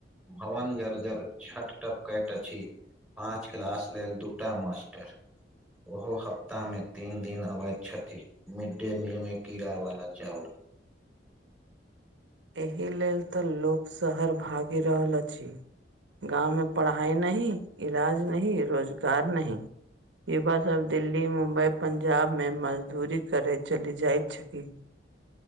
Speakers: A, in the centre; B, on the right.
A: भवन जर्जर छट प कैट छी पाँच क्लास लेल दूटा मास्टर ओहो हफ्तामे तीन दिन अबैत छथि। मिडडे मील में कीड़ा वाला चाउर
B: एहि लेल तऽ लोक शहर भागि रहल अछि। गाँवमे पढ़ाइ नहि इलाज नहि रोजगार नहि य बा सबब दिल्ली मुम्बई पर पंजाबमे मजदूरी करय चलि जाइत छथि।